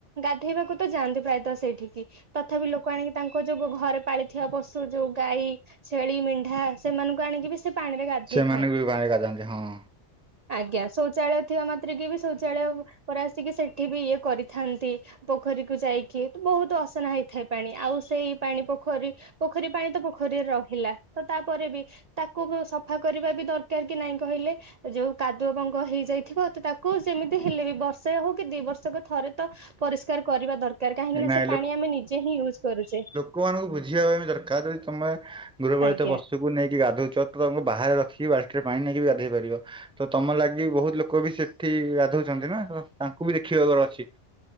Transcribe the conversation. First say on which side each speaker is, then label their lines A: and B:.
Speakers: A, on the right; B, in the centre.
A: ଗାଧେଇବାକୁ ତ ଯାଆନ୍ତି ପ୍ରାୟତଃ ସେଇ ଠିକି ତଥାପି ଲୋକ ଆଣିକି ତାଙ୍କ ଯୋଉ ଗ ଘରେ ପାଳିଥିବା ପଶୁ ଯୋଉ ଗାଈ ଛେଳି, ମେଣ୍ଢା ସେମାନୁଙ୍କୁ ଆଣିକି ବି ସେ ପାଣିରେ ଗାଧେଇ
B: ସେମାନେ ବି ପାଣି ଗାଧାନ୍ତି ହଁ।
A: <inaudible> ଆଜ୍ଞା ଶୌଚାଳୟ ଥିବା ମାତ୍ରକେ ବି ଶୌଚାଳୟ ପରେ ଆସିକି ସେଠି ବି ଇଏ କରିଥାନ୍ତି। ପୋଖରୀକୁୁ ଯାଇକି ତ ବହୁତ ଅସନା ହେଇଥାଏ ପାଣି ଆଉ ସେଇ ପାଣି ପୋଖରୀ ପୋଖରୀ ପାଣି ତ ପୋଖରୀରେ ରହିଲା ତ ତାପରେ ବି ତାକୁ ବୁ ସଫା କରିବା ବି ଦରକାର କି ନାଇଁ କହିଲେ? ଯୋଉ କାଦୁଅ ପଙ୍କ ହେଇଯାଇଥିବ ତ ତାକୁ ଯେମିତି ହେଲେ ବି ବର୍ଷେ ହଉ କି ଦି ବର୍ଷକ ଥରେ ତ ପରିଷ୍କାର କରିବା ଦରକାର କାହିଁକି
B: ନାଇଁ
A: ନା ସେ ପାଣି ଆମେ ନିଜେ ହିଁ ୟୁଜ୍ କରୁଚେ।
B: କୋମାନଙ୍କୁ ବୁଝିବା ପାଇଁ ବି ଦରକାର ଯଦି ତମେ ଗୃହପାଳିତ
A: ଆଜ୍ଞା
B: ପଶୁକୁ ନେଇକି ଗାଧୋଉଚ ତ ତମୁ ବାହାରେ ରଖି ବାଲ୍ଟିରେ ପାଣି ନେଇକି ବି ଗାଧେଇ ପାରିବ। ତ ତମ ଲାଗି ବହୁତ ଲୋକ ବି ସେଠି ଗାଧୋଉଚନ୍ତି ନା ତ ତାଙ୍କୁ ବି ଦେଖିବାକର ଅଛି।